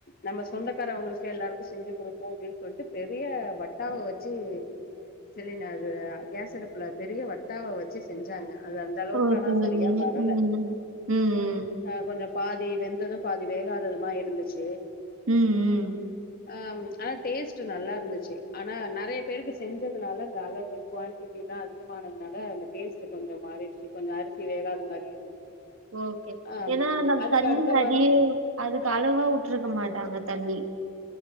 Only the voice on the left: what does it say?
நம்ம சொந்த க்காரவங்களுக்கு எல்லாருக்கு செஞ்சு குடுப்போ அப்டின் சொல்ட்டு பெரிய வட்டாவ வெச்சு சிலின அது கேஸ் அடுப்புல பெரிய வட்டாவ வெச்சு செஞ்சாங்க அது அந்த அளவுக்கு
ஆனா சரியா
வரல
ஆ கொஞ்சம் பாதி வெந்தது பாதி வேகாததுமா இருந்துச்சு
ஆ ஆனா டேஸ்ட்டு நல்லா இருந்துச்சு ஆனா நெறைய பேருக்கு செஞ்சதுனால அந்த அளவு குவான்டடிலா அதிகமானதுனால அந்த டேஸ்ட்டு கொஞ்சம் மாறிடுச்சு கொஞ்ச அரிசி வேகாத மாரி இருந்துச்சு
ஆ
அதுக்கு
அடுத்த
வாரோ